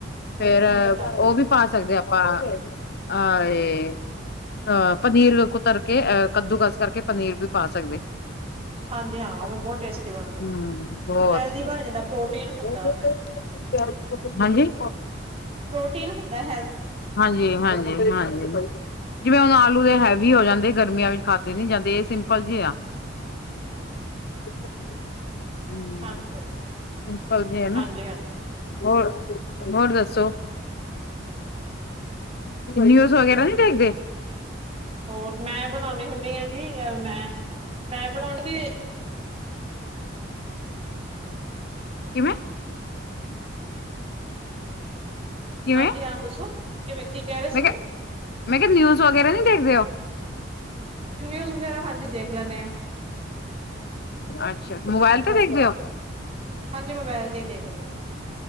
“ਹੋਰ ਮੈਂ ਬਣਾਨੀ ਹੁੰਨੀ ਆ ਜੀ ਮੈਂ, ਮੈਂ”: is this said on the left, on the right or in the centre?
Right